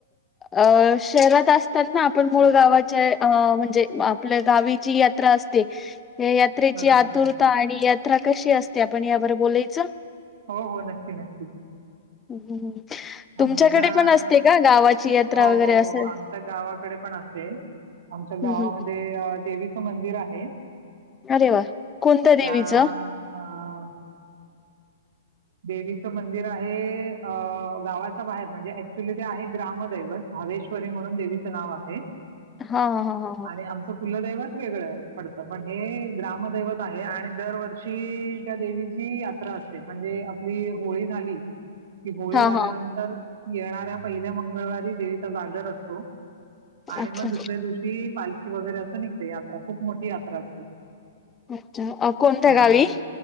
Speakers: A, on the left; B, on the right.
A: अ शहरात असताना ना आपण मूळ गावाच्या म्हणजे आपल्या गावीची यात्रा यात्रेची
B: बरोबर
A: आतुरता आणि यात्रा कशी असते आपण यावर बोलायच
B: हो हो नक्की नक्की
A: हं. तुमच्याकडे
B: आमच्या
A: पण असते का गावाची यात्रा
B: हो
A: वगैरे
B: हो
A: असं?
B: हो आमच्या गावाकडे पण असे आमच्या गावामध्ये
A: हम्म हम्म
B: देवीचं मंदिर आहे
A: अरे वा कोणतं
B: त्या
A: देवीच
B: अ, देवीचं मंदिर आहे अ गावाच्या बाहेर म्हणजे ऍक्च्युली ते आहे ग्रामदैवत भावेश्वरी म्हणून देवीचं नाव आहे
A: हा हा हा हा
B: आणि आमचं कुलदैवत वेगळं पडत पण हे ग्रामदैवत आहे आणि दरवर्षी त्या देवीची यात्रा म्हणजे आपली होळी झाली की होळी
A: हा
B: झाल्यानंतर
A: हा
B: येणाऱ्या पहिल्या मंगळवारी देवीचा जागर असतो आणि
A: अच्छा
B: मग दुसऱ्या दिवशी पालखी वगैरे असं निघते यात्रा खूप मोठी यात्रा असते
A: अच्छा अ कोणत्या
B: ह्या,
A: गावी